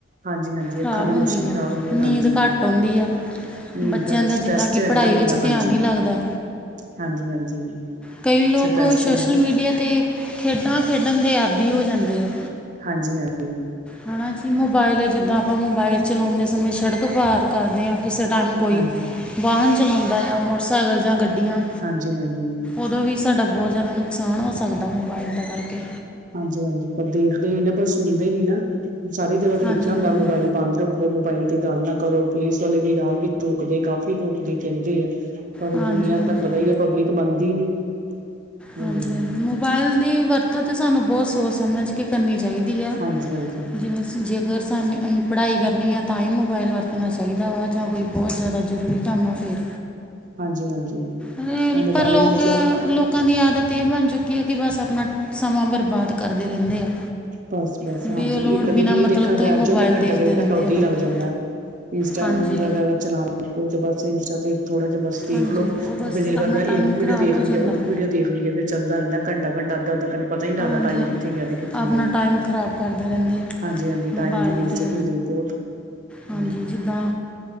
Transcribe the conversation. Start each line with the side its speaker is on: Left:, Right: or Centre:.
Right: ਹਾਂਜੀ-ਹਾਂਜੀ
Centre: ਖਰਾਬ
Right: ਅੱਖਾਂ ਦੀ
Centre: ਹੁੰਦੀ
Right: ਰੋਸ਼ਨੀ
Centre: ਆ
Right: ਖ਼ਰਾਬ ਹੁੰਦੀ
Centre: ਨੀਂਦ
Right: ਹੈ ਹਾਂਜੀ
Centre: ਘੱਟ ਆਉਂਦੀ ਆ।
Right: ਨੀਂਦ
Centre: ਬੱਚਿਆਂ
Right: ਘੱਟ
Centre: ਦਾ
Right: ਸਟਰੈਸ
Centre: ਜਿੱਦਾਂ ਕਿ
Right: ਚ ਰਹਿੰਦਾ
Centre: ਪੜ੍ਹਾਈ ਵਿੱਚ
Right: ਬੰਦਾ ਹਾਂਜੀ।
Centre: ਧਿਆਨ ਨਹੀਂ ਲੱਗਦਾ।
Right: ਹਾਂਜੀ-ਹਾਂਜੀ
Centre: ਕਈ ਲੋਕ
Right: ਸਟਰੈਸ
Centre: ਸੋਸ਼ਲ
Right: ਚ ਰਹਿੰਦਾ
Centre: ਮੀਡੀਆ ਅਤੇ ਖੇਡਾਂ ਖੇਡਣ ਦੇ ਆਦੀ ਹੋ ਜਾਂਦੇ ਆ
Right: ਹਾਂਜੀ ਹਾਂਜੀ
Centre: ਹੈ ਨਾ ਜੀ ਮੋਬਾਇਲ ਜਿੱਦਾਂ ਆਪਾਂ ਮੋਬਾਈਲ ਚਲਾਉਂਦੇ ਸਮੇਂ ਸ਼ੜਕ ਪਾਰ ਕਰਦੇ ਆਂ ਕਿਸੇ ਟਾਈਮ ਕੋਈ
Right: ਹਾਂਜੀ।
Centre: ਵਾਹਨ ਚਲਾਉਂਦਾ ਆ, ਮੋਟਰਸਾਈਕਲ ਜਾਂ ਗੱਡੀਆਂ।
Right: ਹਾਂਜੀ ਹਾਂਜੀ
Centre: ਉਦੋਂ ਵੀ ਸਾਡਾ ਬਹੁਤ ਜ਼ਿਆਦਾ ਨੁਕਸਾਨ ਹੋ ਸਕਦਾ। ਮੋਬਾਇਲ ਦਾ ਕਰਕੇ
Right: ਹਾਂਜੀ ਹਾਂਜੀ ਪਰ ਦੇਖਦੇ ਹੀ ਨਾ ਪਰ ਸੁਣਦੇ ਨੀ ਨਾ ਸਾਰੀ ਜਗ੍ਹਾ ਤੇ
Centre: ਹਾਂਜੀ
Right: ਲਿਖਿਆ ਹੁੰਦਾ
Centre: ਹਾਂਜੀ
Right: ਮੋਬਾਇਲ ਬੰਦ ਰੱਖੋ। ਖੋ ਮੋਬਾਈਲ ਤੇ ਗੱਲ ਨਾ ਕਰੋ। ਪੁਲਿਸ ਵਾਲੇ ਵੀ ਰਾਹ ਰੋਕਦੇ ਕਾਫ਼ੀ ਰੋਕਦੇ ਕਹਿੰਦੇ ਆ। ਪਰ
Centre: ਹਾਂਜੀ
Right: ਦੁਨੀਆਂ
Centre: ਹਾਂਜੀ ਹਾਂਜੀ
Right: ਤੁਹਾਨੂੰ ਪਤਾ ਈ ਐ। ਪਬਲਿਕ ਮੰਨਦੀ ਨੀ, ਹੂੰ।
Centre: ਹਾਂਜੀ -ਹਾਂਜੀ, ਮੋਬਾਇਲ ਦੀ ਵਰਤੋਂ ਤਾਂ ਸਾਨੂੰ ਬਹੁਤ ਸੋਚ- ਸਮਝ ਕੇ। ਕੇ ਕਰਨੀ ਚਾਈਦੀ ਆ।
Right: ਹਾਂਜੀ-ਹਾਂਜੀ,
Centre: ਜਿਵੇਂ ਜੇਕਰ ਸਾਨੂੰ ਅਹੀਂ ਪੜ੍ਹਾਈ ਕਰਨੀ ਐ, ਤਾਂ ਹੀ ਮੋਬਾਇਲ ਵਰਤਣਾ ਚਾਈਦਾ ਵਾ। ਜਾਂ ਕੋਈ ਬਹੁਤ ਜ਼ਿਆਦਾ ਜ਼ਰੂਰੀ ਕੰਮ ਆ ਫੇਰ।
Right: ਹਾਂਜੀ-ਹਾਂਜੀ।
Centre: ਆਏ
Right: ਮੋਬਾਇਲ
Centre: ਪਰ ਲੋਕ
Right: ਮਤਲਬ
Centre: ਲੋਕ ਲੋਕਾਂ ਦੀ ਆਦਤ ਇਹ ਬਣ ਚੁੱਕੀ ਐ ਕਿ ਬਸ ਆਪਣਾ, ਸਮਾਂ ਬਰਬਾਦ ਕਰਦੇ ਰਹਿੰਦੇ ਆ।
Right: ਬਸ-ਬਸ
Centre: ਬੇਲੋੜ
Right: ਹਾਂਜੀ, ਇੱਕ-ਅਧੀ
Centre: ਬਿਨਾਂ
Right: ਰੀਲ
Centre: ਮਤਲਬ
Right: ਦੇਖਣ
Centre: ਤੋਂ
Right: ਬੈਠ
Centre: ਹੀ ਮੋਬਾਇਲ
Right: ਜੋ ਤੇ ਘੰਟਾ,
Centre: ਦੇਖਦੇ
Right: ਡੇਢ
Centre: ਰਹਿੰਦੇ
Right: ਘੰਟਾ ਓਦਾਂ
Centre: ਆ ਲੋਕੀ
Right: ਈ ਲੱਗ ਜਾਂਦਾ ਐ। ਇੰਸਟਾ
Centre: ਹਾਂਜੀ
Right: ਵਗੈਰਾ ਚਲਾ ਲੋ, ਤੇ ਬਸ ਇੰਸਟਾ ਤੇ ਥੋੜਾ ਜਿਹਾ ਬਸ ਦੇਖਲੋ,
Centre: ਹਾਂਜੀ ਬਸ
Right: ਉਹ ਫੇਰ ਦਿਲ ਕਰਦਾ
Centre: ਆਪਣਾ ਟਾਈਮ
Right: ਇਹ ਵੀ ਵੀਡੀਓ
Centre: ਖ਼ਰਾਬ
Right: ਦੇਖ
Centre: ਹੋ
Right: ਲਈਏ
Centre: ਜਾਂਦਾ
Right: ਉਹ ਵੀਡੀਓ ਦੇਖ ਲਈਏ, ਫ਼ਿਰ ਚੱਲਦਾ ਰਹਿੰਦਾ ਘੰਟਾ-ਘੰਟਾ, ਅੱਧਾ-ਅੱਧਾ ਘੰਟਾ ਪਤਾ ਨੀ ਲਗਦਾ,
Centre: ਹਾਂਜੀ
Right: ਟਾਈਮ
Centre: ਆਪ
Right: ਕਿੱਥੇ ਗਿਆ ਤੇ ਕਿੱਥੇ
Centre: ਆਪਣਾ
Right: ਨ‌ਈ।
Centre: ਟਾਈਮ ਖਰਾਬ ਕਰਦੇ ਰਹਿੰਦੇ ਆ।
Right: ਹਾਂਜੀ-ਹਾਂਜੀ, ਟਾਈਮ
Centre: ਮੋਬਾਇਲ
Right: ਦੀ ਵੇਸਟਿਜ
Centre: 'ਤੇ
Right: ਹੁੰਦੀ ਬਹੁਤ। ਹੂੰ
Centre: ਹਾਂਜੀ ਜਿੱਦਾਂ